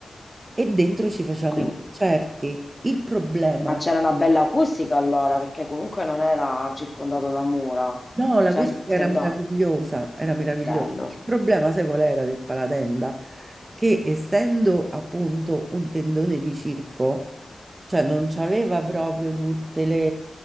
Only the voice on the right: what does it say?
E dentro ci facevano
i concerti. Il problema,
no, l'acustica
era meravigliosa, era meravigliosa.
Il problema, sai qual era del Palatenda? Che essendo appunto un tendone di circo, cioè non c'aveva proprio tutte le